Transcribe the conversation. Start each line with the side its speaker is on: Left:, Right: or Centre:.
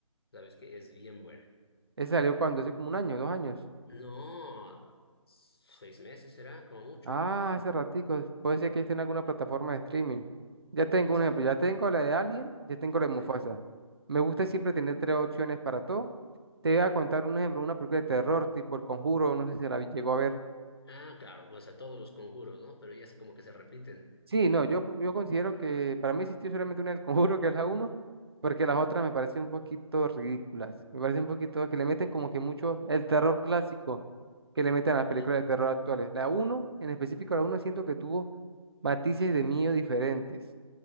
Left: ¿sabes que Es bien buena.
Right: Esa salió cuando, hace como un año, dos años.
Left: No, seis meses será, como mucho.
Right: Ah, hace ratico, puede ser que esté en alguna plataforma de streaming. Ya tengo
Left: Está
Right: un ejemplo,
Left: pues,
Right: ya tengo
Left: es-
Right: la de Alien, ya tengo la de
Left: sí.
Right: Mufasa. Me gusta siempre tener tres opciones para todo. Te voy a contar un ejemplo, una película de terror tipo El Conjuro, no sé si la vi- llegó a ver.
Left: Ah, claro, pues a todos los conjuros, ¿no? Pero ya sé como que se repiten.
Right: Sí, no, yo, yo considero que para mí existió solamente una del Conjuro, que es la uno, porque las otras me parecen un poquito ridículas. Me parece un poquito que le meten como que mucho el terror clásico que le meten a las
Left: <laughs>
Right: películas de terror actuales. La uno, en específico, la uno, siento que tuvo matices de miedo diferentes.